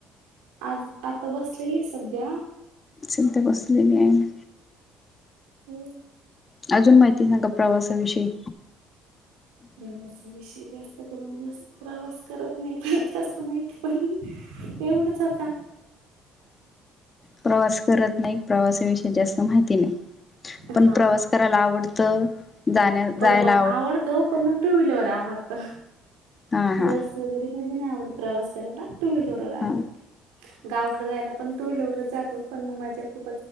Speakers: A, on the right; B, on the left.
A: आज, आता बसलेली सध्या.
B: चिंता बसलेली आहे.
A: हम..
B: अजून माहिती सांगा, प्रवासाविषयी.
A: प्रवासा विषयी, जास्त करून जास्त प्रवास करत नाही, पण जास्त माहिती पण एवढंच आता.
B: प्रवास करत नाही. प्रवासा विषयी जास्त माहिती नाही. पण
A: हा
B: प्रवास करायला आवडतं. जाण्या जायला
A: पण मग, आवडतं. पण मग टू व्हीलर वर. आवडतं.
B: हा हा
A: बस वगैरे, मध्ये नाही आवडत, प्रवास करायला. टू व्हीलरवर आवडतं.
B: हा
A: गावाकडे जायला पण, टूव्हीलर वरच जातो. पण मग माझ्या खूप